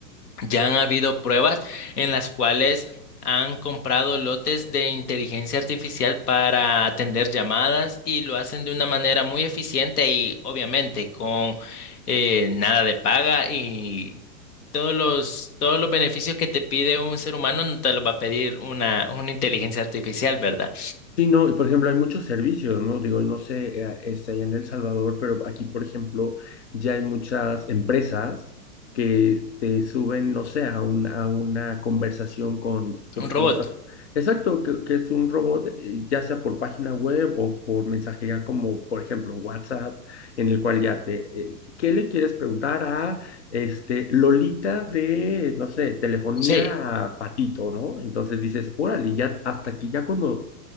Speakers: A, on the left; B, on the left.
A: ya han habido pruebas en las cuales han comprado lotes de inteligencia artificial para atender llamadas y lo hacen de una manera muy eficiente y obviamente con eh, nada de paga y todos los, todos los beneficios que te pide un ser humano no te los va a pedir una, una inteligencia artificial, ¿verdad?
B: Sí, no, y por ejemplo, hay muchos servicios, ¿no? Digo, no sé, eh, este, allá en El Salvador, pero aquí, por ejemplo, ya hay muchas empresas que te suben, no sé, a, un- a una conversación con, pues,
A: Un robot.
B: con estas. Exacto, que, que es un robot, eh, ya sea por página web o por mensajería, como por ejemplo WhatsApp, en el cual ya te, eh, ¿qué le quieres preguntar a este, Lolita de, no sé, telefonía
A: Sí,
B: a patito, ¿no? Entonces dices, órale, ya hasta aquí, ya cuando